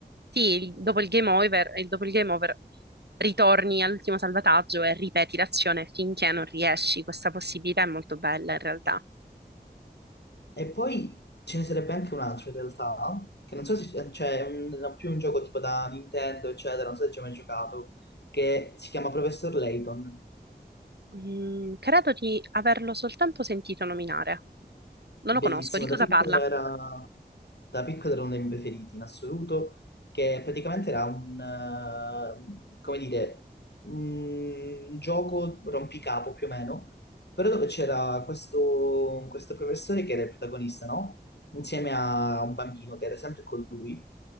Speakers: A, on the right; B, on the left.
A: sì, il- dopo il game over, il- dopo il game over ritorni all'ultimo salvataggio e ripeti l'azione finché non riesci. Questa possibilità è molto bella in realtà.
B: E poi ce ne sarebbe anche un altro in realtà, che non so se cioè, è un- più un gioco tipo da Nintendo, eccetera, non so se ci hai mai giocato, che si chiama Professor Layton.
A: Mm, credo di averlo soltanto sentito nominare. Non lo
B: Bellissimo,
A: conosco. Di cosa
B: da piccolo
A: parla?
B: era, da piccolo era uno dei miei preferiti in assoluto, che praticamente era un, eh, come dire, un gioco rompicapo più o meno, però dove c'era questo, questo professore che era il protagonista, no? Insieme a un bambino che era sempre con lui.